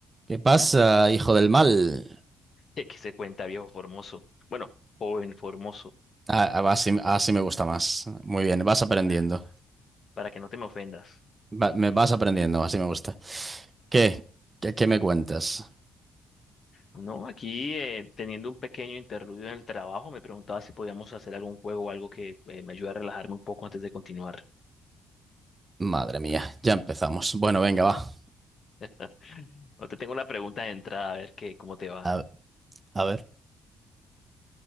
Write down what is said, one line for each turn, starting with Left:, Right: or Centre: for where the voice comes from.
Right: ¿Qué pasa, hijo del mal?
Left: <laughs> que se cuenta, viejo formoso? Bueno, joven formoso,
Right: Ah, ah, va, así, así me gusta más. Muy bien, vas aprendiendo.
Left: para, para que no te me ofendas.
Right: Va- me vas aprendiendo, así me gusta. ¿Qué? ¿Qué, qué me cuentas?
Left: No, aquí eh, teniendo un pequeño interludio en el trabajo, me preguntaba si podíamos hacer algún juego o algo que eh, me ayude a relajarme un poco antes de continuar.
Right: Madre mía, ya empezamos. Bueno, venga, va.
Left: <laughs> No te tengo una pregunta de entrada, a ver qué, cómo te va.
Right: A, a ver,